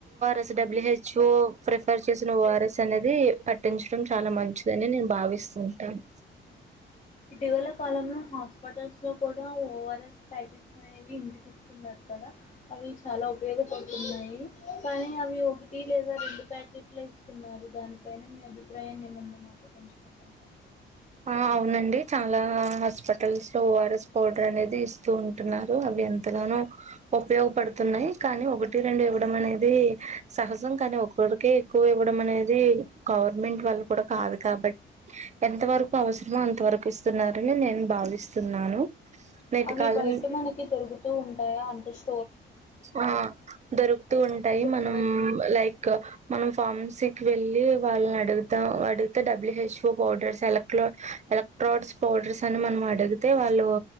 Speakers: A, on the right; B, on the left.
A: ఎస్డ్యూహెచ్ఓ ప్రిఫర్ చేసిన ఓఆర్ఎస్ అనేది పట్టించడం చాలా మంచిదని నేను బా విస్తుంటాను
B: ఇటీవల కాలంలో హాస్పిటల్స్ లో కూడా ఓఆర్ఎస్ ప్యాకెట్స్ అనేవి ఇంటికిస్తున్నారు కదా అవి చాలా ఉపయోగపడుతున్నాయి కానీ అవి ఒకటి లేదా రెండు ప్యాకెట్లు ఇస్తున్నారు దానిపైన మీ అభిప్రాయాన్ని ఏమన్నా మాతో పంచుకోగలరా
A: ఆ అవునండి చాలా హాస్పిటల్స్ లో ఓఆర్ఎస్ పౌడర్ అనేది ఇస్తూ ఉంటున్నారు అవి ఎంతగానో ఉపయోగపడుతున్నాయి కానీ ఒకటి రెండు ఇవ్వడం అనేది సహజం కానీ ఒకరికి ఎక్కువ ఇవ్వడం అనేది గవర్నమెంట్ వాళ్ళు కూడా కాదు కాబట్టి ఎంతవరకు అవసరమో అంత వరకు ఇస్తున్నారని నేను భావిస్తున్నాను నేటి
B: అవి
A: కాలం
B: బయట మనకి దొరుకుతూ ఉంటాయా అంటుష్
A: ఆ దొరుకుతూ ఉంటాయి
B: సూపర్వైజ్
A: మనం
B: మా
A: లైకు మనం ఫార్మసికి వెల్లి వాళ్ళని అడుగుతాం అడుగుతే డబ్ల్యూహెచ్ఓ పౌడర్స్ సెలక్ లో ఎలక్ట్రాన్స్ పౌడర్స్ అని మనం అడిగితే వాళ్ళు